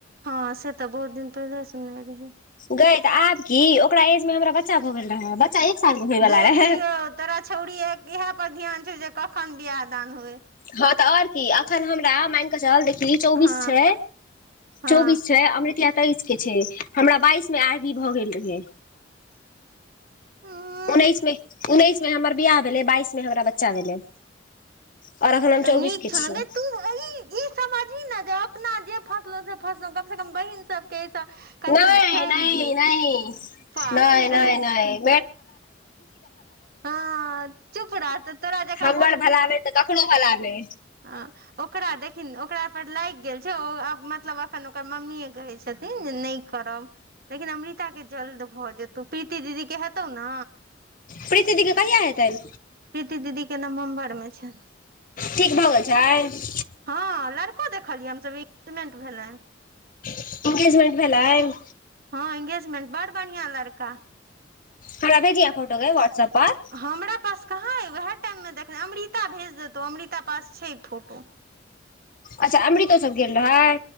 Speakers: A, on the right; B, on the left.
A: हँ से तऽ बहुत दिन पहिले सुनने रहीय।
B: गय तऽ आब की ओकरा एज में हमरा बच्चा भऽ गेल रहए। च्चा एक साल के। होय वाला
A: देख
B: रहै
A: लियौ तोरा छौड़ी इएह पर ध्यान छौ जे कखन बियाह दान होए।
B: हँ तऽ आऔर की एखन हमरा मानि कऽ चल देखी। चौबीस
A: हँ
B: छै,
A: हँ
B: चौबीस छै, अमृतिया। तैइस के छै हमरा बाइस में आरभी भऽ गेल रहयै।
A: उम्म
B: उन्नैस मे उन्नैस मे हमर बियाह भेलै बाइस मे हमरा बच्चा भेलै। आओर अखन हम
A: तऽ
B: चौबीस
A: नीक
B: के
A: छौ
B: छियै
A: ने गै तू अही ई समझी ने जे अपना जे फसलहुं से फसलहु कम से कम बहिन सबके ऐ स कनि
B: नहि
A: टेंग
B: नहि
A: दिये
B: नहि
A: पागल
B: नहि
A: कहीं
B: नहि <unintelligible> नहीं
A: हँ चुप रह तऽ तोरा जकाँ
B: हमर भलानै तऽ ककरो भलानै।
A: आ ओकरा देखिन ओकरा पर लागि गेल छै ओ मतलब अखन ओकर मम्मीए कहै छथिन जे नहि करब लेकिन अमृता के जल्द भऽ जेतौ प्रीति दीदी के हेतौ न
B: प्रीतिदि केे कहिया हेतेन?
A: प्रीति दीदी के नवम्बर मे छेन।
B: ठीक भऽ गेल छै।
A: हँ लड़को देखलियै हमसभ एंगेजमेंट भेले।
B: एंगेजमेंट भेलैन।
A: हँ एंगेजमेंट बड़ बढ़िआँ लड़का।
B: हमरा भेजिहँ फोटो गै वाट्सप पर।
A: हमरा पास कहाँ अइ ओएह टाइममे देखने अमृता भेज देतो अमृता पास छै फोटो।
B: अच्छा अमृतो सब गेल रहै?